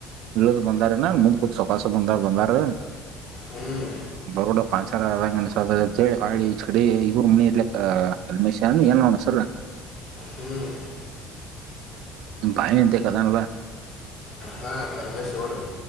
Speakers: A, on the right; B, on the left.
A: ಇಳದ ಬಂದಾರನ ಮುಂದ ಕುತ ಸಾವಕಾಸ ಬಂದಾರ ಬಂದಾರ.
B: ಹ್ಮ್
A: ಬರೋಡ ಪಂಚರ್ ಆದಂಗ ಅನ್ಸಾಕತೆತಿ ಹೇಳಿ ಹೊಳ್ಳಿ. ಛಡೆ ಇವರು ಮನಿ ಇರ್ಲಿಕ್ಕ ಕಲ್ಮೇಶ ಅನ ಏನ್ ನವನ ಹೆಸರ.
B: ಹ್ಮ್
A: ಬಾವಿಅಂತೇಕ್ಕದಾನಲ್ಲ.
B: ಹ ಕಲ್ಮೇಶೋಡ್ರ.